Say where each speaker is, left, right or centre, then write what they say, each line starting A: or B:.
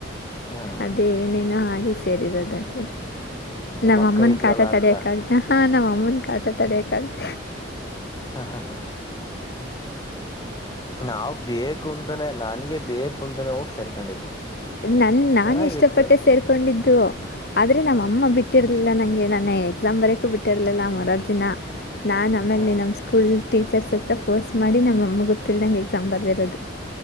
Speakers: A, on the left; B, on the left.
A: ಹ್ಮ್
B: ಅದೇ ಏನೇನೋ ಹಾಗೆ ಸೇರಿರೋದಲ್ಲಿ
A: ನಿಮ್ಮ
B: ನಮ್ಮ
A: ಅಕ್ಕ
B: ಅಮ್ಮನ್
A: ಇದ್ರಲ್ಲ
B: ಕಾಟ ತಡಿಯಕ್
A: ಅಂತ
B: ಆಗ್ದ ನಮ್ಮಮ್ಮನ್ ಕಾಟ ತಡಿಯಕ್ ಆಗ್ದ
A: ಹಾ ಹಾ ಹಾ ನಾವು ಬೇಕು ಅಂತಾನೇ ನನಗೆ ಬೇಕು ಅಂತಾನೇ ಹೋಗಿ ಸೇರ್ಕೊಂಡಿದ್ದು
B: ನನ್ ನಾನುಇಷ್ಟಪಟ್ಟೆ
A: ಚೆನ್ನಾಗಿತ್ತು
B: ಸೇರ್ಕೊಂಡಿದ್ದು ಆದ್ರೆ
A: ಹಾ
B: ನಮ್ಮ ಅಮ್ಮ ಬಿಟ್ಟಿರ್ಲಿಲ್ಲ ನಂಗೆ ನನ್ನ ಎಕ್ಸಾಮ್ ಬರಕೂ ಬಿಟ್ಟಿರ್ಲಿಲ್ಲ ಮುರಾರ್ಜಿನ ನಾನು ಆಮೇಲೆ
A: ಹಾ
B: ನಮ್ಮ ಸ್ಕೂಲ್ ಟೀಚರ್ಸ್ ಹತ್ರ ಫೋರ್ಸ್ ಮಾಡಿ ನಮ್ಮಮ್ಮ ಗೊತ್ತ ತಿಿಲ್ಲದಂಗೆ ಎಕ್ಸಾಮ್ ಬರೆದಿರೋದು